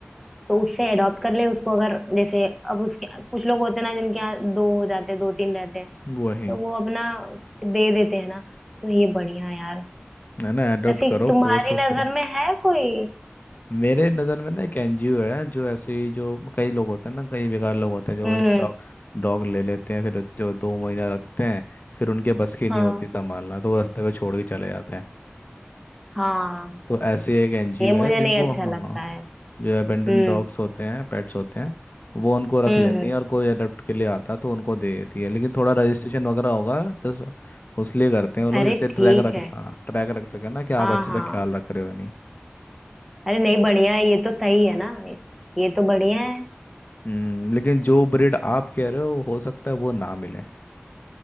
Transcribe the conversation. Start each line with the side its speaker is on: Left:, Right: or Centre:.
Centre: तो उससे अडॉप्ट कर ले उसको अगर जैसे अब उसके कुछ लोग होते हैं ना जिनके यहाँ दो हो जाते हैं दो तीन रहते हैं
Left: वही
Centre: तो वो अपना दे देते हैं ना तो ये बढ़िया है यार
Left: है ना अडॉप्ट
Centre: वैसे
Left: करो
Centre: तुम्हारी
Left: पोस्ट वोस्ट
Centre: नजर
Left: करो
Centre: में है कोई
Left: मेरे नज़र में ना एक एनजीओ है जो ऐसे ही जो कई लोग होते हैं ना कई बेकार लोग होते हैं जो
Centre: हम्म
Left: डॉग डॉग ले लेते हैं फिर जो दो महीना रखते हैं फिर उनके बस की नहीं
Centre: हाँ
Left: होती संभालना तो वो रास्ते पे छोड़ के चले जाते हैं
Centre: हाँ
Left: तो ऐसे एक एनजीओ
Centre: ये
Left: है
Centre: मुझे
Left: जिनको
Centre: नहीं अच्छा
Left: हाँ
Centre: लगता है
Left: जो
Centre: हम्म
Left: अबेंडन डॉग्स होते हैं पेट्स होते हैं वो उनको रख
Centre: हम्म
Left: लेती
Centre: हम्म।
Left: हैं और कोई अडॉप्ट के लिए आता तो उनको दे देती है लेकिन थोड़ा रजिस्ट्रेशन वगैरह होगा जस्ट उस लिए करते हैं वो लोग
Centre: अरे
Left: जैसे ट्रैक
Centre: ठीक
Left: रख
Centre: है
Left: हाँ ट्रैक रख सके ना कि आप
Centre: हाँ
Left: अच्छे
Centre: हाँ
Left: से ख्याल रख रहे हो या नहीं
Centre: अरे नहीं बढ़िया है ये तो सही है ना ये तो बढ़िया है
Left: हम्म, लेकिन जो ब्रीड आप कह रहे हो हो सकता है वो ना मिले